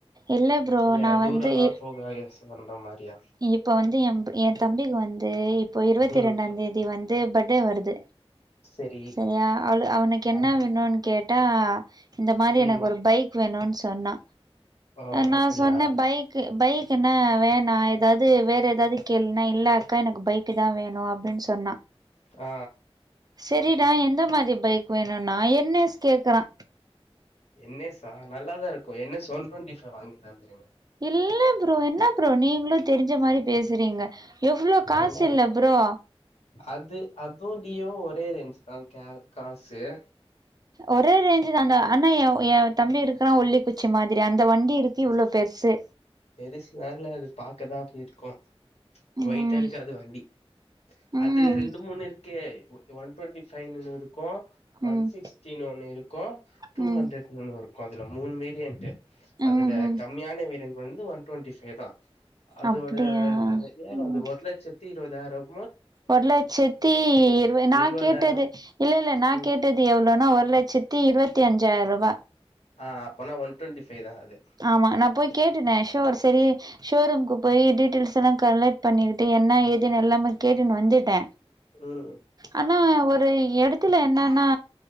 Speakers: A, on the right; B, on the left.
A: இல்ல ப்ரோ
B: இல்ல
A: நா
B: தூர
A: வந்து
B: எல்லா போக யச பண்ற அந்த மாதிரியா
A: இப்ப வந்து எய எய தம்பிக்கு வந்து இப்போ இருபத்தி
B: ம்
A: இரண்டா தேதி வந்து பர்த்டே வருது
B: செரி
A: சரியா அவள் அவனுக்கு என்ன
B: ஆ
A: வேணும்ன்னு கேட்டா இந்த மாதிரி
B: ம்
A: எனக்கு ஒரு பைக் வேணும்னு சொன்னா
B: ஓ
A: நா
B: அப்டியா
A: சொன்ன பைக் பைக்ன வேணா ஏதாவது வேற ஏதாவது கேள்னா இல்ல அக்கா பைக்கு தா வேணு அப்டின்னு சொன்னா
B: ஆ
A: சரிடா எந்த மாதிரி பைக் வேணும்னா என்னய கேக்குறா
B: என் யஸ்ஸா நல்லாதா இருக்கும் என் எஸ் ஒன் டுவெண்டி ஃபை வாங்கி தந்துருங்க
A: இல்ல ப்ரோ என்ன ப்ரோ நீங்களும் தெரிஞ்ச மாதிரி பேசுறீங்க எவ்ளோ காசு
B: நல்லா இருக்கு
A: இல்ல ப்ரோ
B: அது அதுவு டியோவும் ஒரே ரெஞ்சு தா காசு
A: ஒரே ரேஞ்சு தா அந்த ஆனா எய எய தம்பி இருக்குறா ஒல்லிக்குச்சி மாதிரி அந்த வண்டி இருக்கு இவளோ பெருசு
B: பெருசுலா இல்ல அது பாக்கதா அப்டி இருக்கும்
A: ம்
B: ஒயிட்டா இருக்காது வண்டி
A: ம்
B: அதுல ரெண்டு மூணு இருக்கு ஒன் டுவெண்டி வு இருக்கும்
A: ம்
B: ஒன் சிக்ஸ்டனு ஒன்னு இருக்கும் டூ
A: ம்
B: ஹண்ட்ரட் இ இருக்கும் அதுல மூணு வேரியன்ட்
A: ம்
B: அதுல
A: ம்
B: கம்மியான வேரியன்ட் வந்து ஒன் டுவெண்ட்டி ஃபைவ தா அதோட
A: அப்டியா
B: ஏறம்
A: ம்
B: அது ஒரு லட்சத்தி இருபதாயிரம்
A: ஒரு லட்சத்தி இருது நா
B: இருவதாயிரோ
A: கேட்டது இல்ல இல்ல நா கேட்டு நா
B: ம்
A: கேட்டது எவ்வளோனா ஒரு லட்சத்தி இருபத்தி அஞ்சாயிர ரூபா
B: ஆ அப்பனா ஒன் டுவெண்டி ஃபைவ தா அது
A: ஆமா நா போய் கேட்ட ஷோ ஒரு சரி ஷோரூம்கு போய் டீடெயில்ஸ் எல்லாம் கலெக்ட் பண்ணிட்டு என்ன ஏதுன்னு எல்லாமே கேட்டுன்னு வந்துட்ட
B: ம்
A: ஆனா ஒரு எடத்துல என்னன்னா